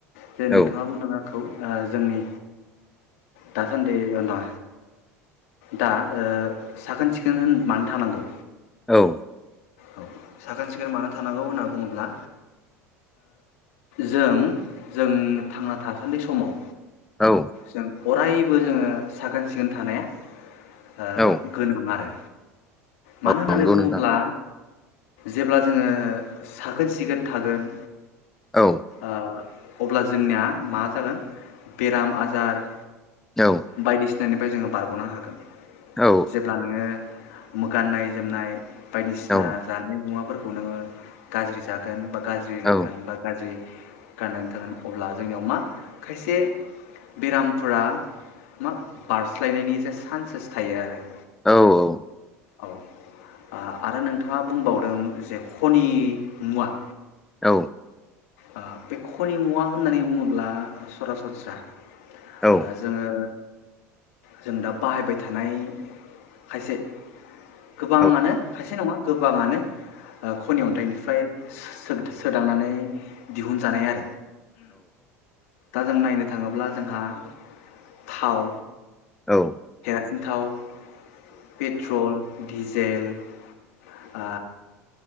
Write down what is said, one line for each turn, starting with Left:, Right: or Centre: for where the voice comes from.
Left: जे नोंथाङा
Centre: औ
Left: बुंदों आंखौ ओ जोंनि दासान्दि ना दा साखोन सिखोन होन मानो थानांगौ
Centre: औ
Left: औ साखोन सिखोन मानो थानांगौ होनना बुङोब्ला जों जों थांना थासान्दि समाव
Centre: औ
Left: जों अरायबो जोङो साखोन सिखोन थानाया ओ
Centre: औ
Left: गोनां आरो मानो
Centre: औ
Left: होननानै
Centre: नंगौ
Left: बुङोब्ला
Centre: नोंथां
Left: जेब्ला जोङो साखोन सिखोन थागोन
Centre: औ
Left: ओ अब्ला जोंनिया मा जागोन बेराम आजार
Centre: औ
Left: बायदिसि सिनायनिफ्राय जोङो बारग'नो हागोन
Centre: औ
Left: जेब्ला नोङो गाननाय जोमनाय बायदिसिना
Centre: औ
Left: जानाय मुवाफोर। खौ नोङो गाज्रि जागोन बा गाज्रि लोंगोन
Centre: औ
Left: बा गाज्रि गाननानै थागोन अब्ला जोंनियाव मा खायसे बेरामफोरा मा बारस्लायनायनि जे सान्सेस थायो आरो
Centre: औ औ
Left: औ आ आरो नोंथाङा बुंबावदों जे खनि मुवा
Centre: औ
Left: आ बे खनिमुवा होननानै बुङोब्ला सरासनस्रा
Centre: औ
Left: ओ जोङो जों दा बाहायबाय थानाय खायसे गोबाङानो
Centre: औ
Left: खायसे नङा गोबाङानो ओ खनि अन्थाइनिफ्राय सो -सो सोदांनानै दिहुनजानाय आरो दा जों नायनो थाङोब्ला जोंहा थाव
Centre: औ
Left: सिन थाव पेट्रल डिजेल आ